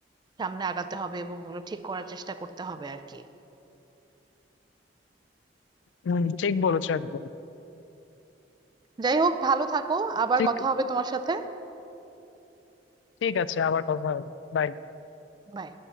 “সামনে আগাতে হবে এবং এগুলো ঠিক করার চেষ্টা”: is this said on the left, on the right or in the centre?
Right